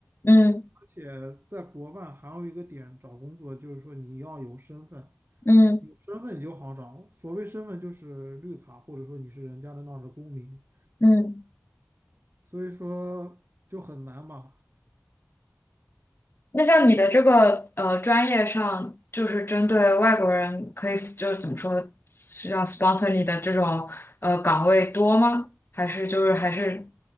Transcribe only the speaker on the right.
而且在国外还有一个点找工作，就是说你要有身份，
有身份你就好找。所谓身份就是绿卡，或者说你是人家的那儿的公民，
所以说就很难嘛。